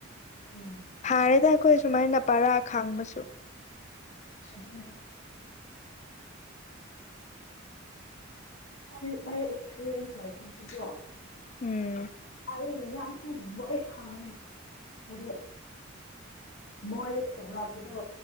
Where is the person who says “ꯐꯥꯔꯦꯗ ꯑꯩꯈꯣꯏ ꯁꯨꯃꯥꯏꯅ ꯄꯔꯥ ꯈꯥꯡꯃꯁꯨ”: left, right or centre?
Left